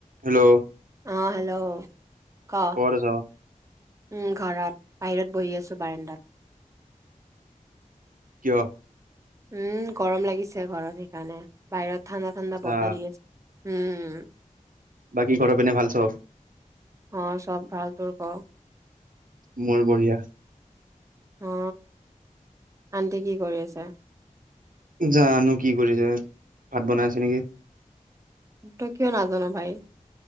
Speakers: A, on the right; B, on the right.
A: Hello
B: অ hello ক উম
A: ক'ত আছ
B: ঘৰত। বাহিৰত বহি আছো বাৰাণ্ডাত।
A: কিয়?
B: উম গৰম লাগিছে ঘৰত সেইকাৰণে বাহিৰত? ঠাণ্ডা ঠাণ্ডা
A: আচ্ছা
B: বতাহ দি আছে? উম
A: বাকী ঘৰৰ পিনে ভাল চব
B: অ চব ভাল তোৰ ক।
A: মোৰ বঢ়িয়া?
B: অ আনটি কি কৰি আছা?
A: জানো কি কৰিছে ভাত বনাই আছে নেকি?
B: ত কিয় নাজান ভাই।